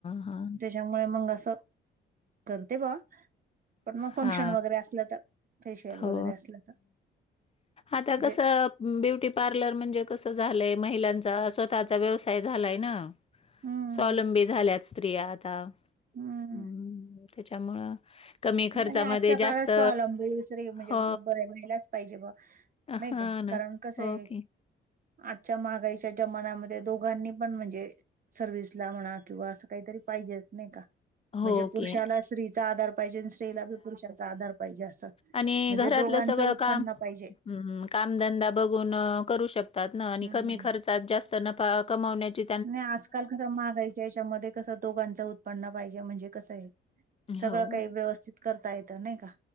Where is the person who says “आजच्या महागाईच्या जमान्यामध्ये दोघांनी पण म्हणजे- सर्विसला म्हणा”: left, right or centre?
Right